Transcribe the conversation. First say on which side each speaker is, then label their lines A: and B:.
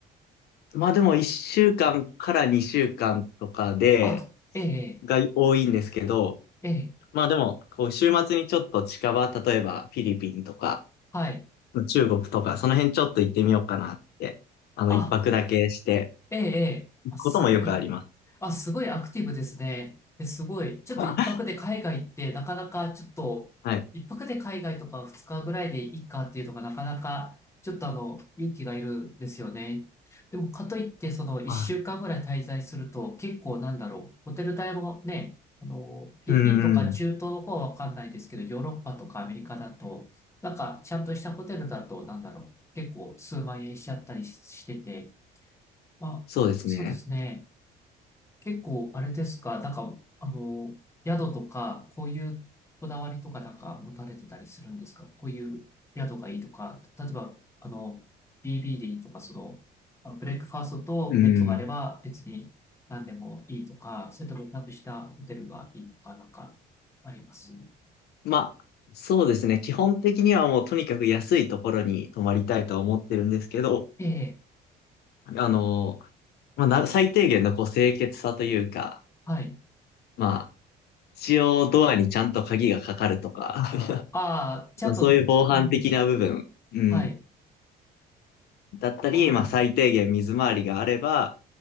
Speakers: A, on the left (about 70°); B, on the left (about 15°).
A: まあでも、1週間かんから2週間とかで、
B: あ、ええ、
A: が多いんですけど、
B: ええ、ええ
A: まあでも、こう、週末にちょっと近場、例えばフィリピンとか、
B: はい。
A: 中国とか、その辺ちょっと行ってみようかなって、あの、
B: あ、
A: 一泊だけして、
B: ええ、ええ、
A: 行くこともよくあります。
B: あ、すごい。あ、すごいアクティブですね。え、すごい。ちょっと一泊で海外ってなかなかちょっと、
A: <laughs> はい。
B: 一泊で海外とか二日ぐらいでいいかっていうのがなかなか、ちょっとあの、勇気がいるんですよね。でも、かといって、その一週間ぐらい滞在すると、
A: あ、
B: 結構なんだろう。ホテル代もね、あの、フィリピンとか中東の方はわかんないですけど、
A: うん、
B: ヨーロッパとかアメリカだと、なんかちゃんとしたホテルだと、なんだろう。結構数万円しちゃったりししてて、まあ、
A: そうですね。
B: そうですね。結構、あれですか、なんか、あの、宿とか、こういうこだわりとかなんか持たれてたりするんですかこういう宿がいいとか、例えば、あの、BBD とか、その、あのブレックファーストとベッドがあれば別に何でもいいとか、
A: うん。
B: それともちゃんとしたホテルがいいとか、なんかあります
A: まあ、そうですね。基本的にはもうとにかく安いところに泊まりたいとは思ってるんですけど、
B: ええ、
A: あの、まあ、な最低限のこう清潔さというか、
B: はい。
A: まあ、一応ドアにちゃんと鍵がかかるとか、<laughs>
B: ああ、ちゃんと、
A: まあ、そういう防犯的な部分、
B: うん、
A: うん、
B: はい。
A: だったり、
B: ああ、
A: まあ最低限水回りがあれば、